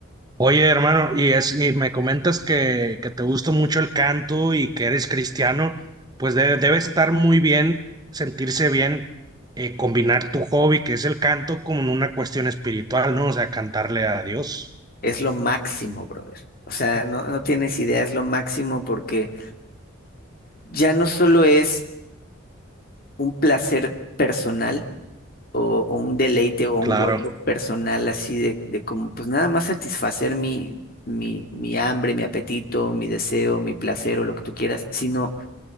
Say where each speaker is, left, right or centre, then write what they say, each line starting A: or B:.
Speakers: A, on the right; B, on the left.
A: Oye, hermano, y, es, y me comentas que, que te gusta mucho el canto y que eres cristiano, pues debe, debe estar muy bien, sentirse bien, eh, combinar tu hobby, que es el canto, con una cuestión espiritual, ¿no? O sea, cantarle a Dios.
B: Es lo máximo, brother. O sea, no, no tienes idea, es lo máximo porque ya no solo es un placer personal o, o un deleite o un
A: Claro,
B: gozo personal así de, de como, pues nada más satisfacer mi, mi, mi hambre, mi apetito, mi deseo, mi placer o lo que tú quieras, sino